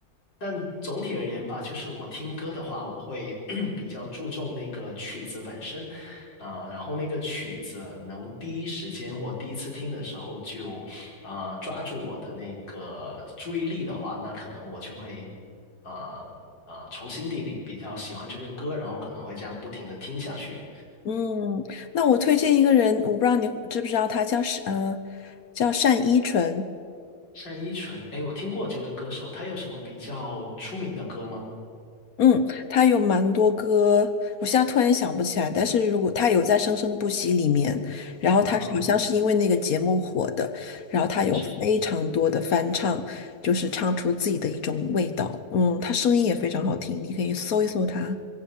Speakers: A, on the left; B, on the left.
A: 但总体而言吧，就是我听歌的话，我会 <clears throat> 比较注重那个曲子本身，啊、然后那个曲子能第一时间或第一次听的时候就，啊抓住我的那个注意力的话，那可能我就会，啊、啊、从心底里比较喜欢这个歌，然后可能会这样不停的听下去。
B: 嗯，那我推荐一个人，我不知道你知不知道他叫是呃叫单依纯。
A: 单依纯，哎，我听过这个歌手，他有什么比较出名的歌吗？
B: 嗯，他有蛮多歌，我现在突然想不起来。但是如果他有在《生生不息》里面，然后他好像是因为那个节目火的，
A: 啊，
B: 然后他有非常多的翻唱，
A: 是。
B: 就是唱出自己的一种味道。嗯，他声音也非常好听，你可以搜一搜他。